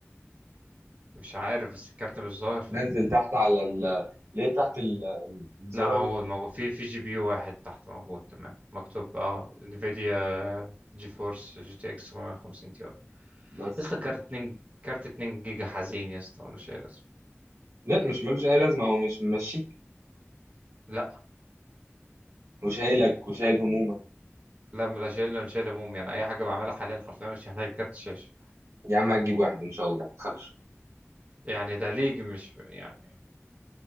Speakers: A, on the right; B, on the right.
A: مش عارف بس الكارت مش ظاهر في
B: نزل
A: ال...
B: تحت على ال ليه تحت ال- الزرار
A: لا موجود
B: اللي هو
A: موجود في في جي بي يو واحد تحت موجود تمام مكتوب اه انفيديا جي فورس جي تي اكس 750 تي يا
B: بس
A: اسطى كارت
B: ده.
A: 2 كارت 2 جيجا حزين يا اسطى وانا شايل اسمه
B: لا مش ملوش أي لازمة هو مش ممشيك
A: لا
B: وشايلك وشايل همومك
A: لا لا شايل انا شايل هموم يعني اي حاجه بعملها حاليا حرفيا مش محتاج كارت شاشه
B: يا عم هتجيب واحد إن شاء الله ما تخافش
A: يعني ده ليج مش يعني